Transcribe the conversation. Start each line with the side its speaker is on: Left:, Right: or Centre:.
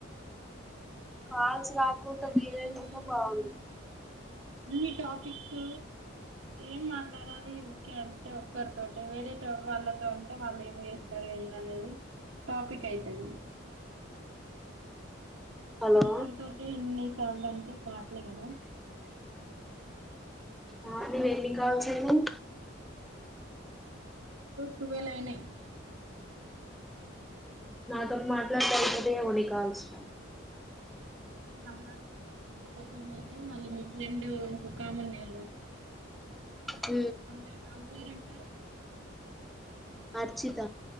Centre: కాల్స్ కాకుంట
Right: క్రికెట్
Centre: వీలేదింట
Right: ఎన్ని
Centre: బాగు
Right: అన్ని టాపిక్స్ ఏం మాట్లాడాలి ఓకే అంటే ఒక్కరితోటే వేరేతో వాళ్ళతో అం వాళ్ళు ఏం చేస్తారు ఏంద అనేది టాపిక్ అయితద
Centre: హలో
Right: ఒక్కరితోట ఎన్నిసార్లు అంటే కాపలే కదా
Centre: ఆ అది వెళ కావసంది
Right: తవలయినా
Centre: నాతో మాట్లాడ ఉదే ఉని కాల్స్
Right: ఇంకా మాట్లాడుందిటి అయితే మళ్ళీ మీ ఫ్రెండ్ ఇంకొ కాముంది కదా
Centre: హ
Right: అమ్మాయి ఆమె పేరు ఎం పేరు
Centre: అర్చిత